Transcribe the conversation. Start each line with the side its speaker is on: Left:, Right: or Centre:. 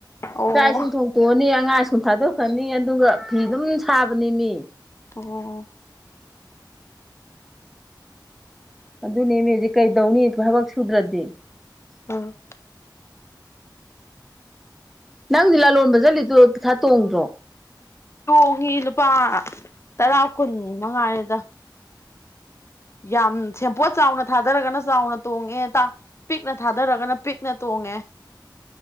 Left: ꯑꯣ
Centre: ꯆꯥꯛ ꯏꯁꯤꯡ ꯊꯣꯡ ꯇꯣꯛꯑꯅꯤ ꯑꯉꯥꯡ ꯁ꯭ꯨꯜ ꯊꯥꯗꯣꯛꯈ꯭ꯔꯅꯤ ꯑꯗꯨꯒ ꯐꯤ ꯑꯗꯨꯝ ꯁꯥꯕꯅꯤ ꯃꯤ
Left: ꯑꯣ
Centre: ꯑꯗꯨꯅꯦꯃꯤ ꯍꯧꯖꯤꯦ ꯀꯩꯗꯧꯅꯤ ꯍꯥꯏꯕꯛ ꯁꯨꯗ꯭ꯔꯗꯤ
Left: ꯎꯝ
Centre: ꯅꯪꯗꯤ ꯂꯂꯣꯟꯕ ꯆꯠꯂꯤꯗꯨꯣ ꯄꯩꯊꯥ ꯇꯣꯡꯗ꯭ꯔꯣ
Left: ꯄꯣꯛꯒꯤ ꯂꯨꯄꯥ ꯇꯔꯥ ꯀꯨꯟ ꯃꯉꯥꯔꯦꯗ ꯌꯥꯝ ꯁꯦꯄꯣꯠ ꯆꯥꯎꯅ ꯊꯥꯗꯔꯒꯅ ꯆꯥꯎꯅ ꯇꯣꯡꯉꯦ ꯇ ꯄꯤꯛꯅ ꯊꯥꯗꯔꯒꯅ ꯄꯤꯛꯅ ꯇꯣꯡꯉꯦ